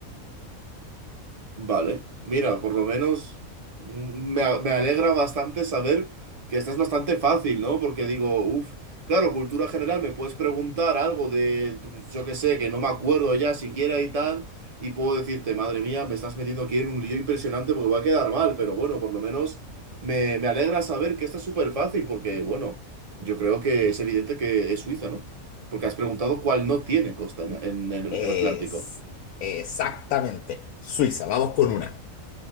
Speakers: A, on the right; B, on the left.
A: Vale, mira, por lo menos mm, me, a- me alegra bastante saber que estás bastante fácil, ¿no? Porque digo, uff, claro, cultura general, me puedes preguntar algo de, pues, yo qué sé, que no me acuerdo ya siquiera y tal, y puedo decirte, madre mía, me estás metiendo aquí en un lío impresionante porque voy a quedar mal, pero bueno, por lo menos me, me alegra saber que esta es súper fácil porque, bueno, yo creo que es evidente que es Suiza, ¿no? Porque has preguntado cuál no tiene costa en en el
B: Es
A: Atlántico.
B: exactamente Suiza, vamos con una.